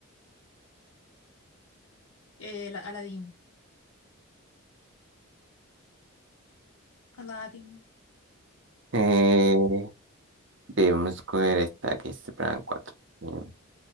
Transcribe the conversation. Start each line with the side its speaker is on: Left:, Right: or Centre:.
Left: Eh, la Aladdin. Aladdin.
Right: Eh, debemos coger esta que es Plan 4 eh,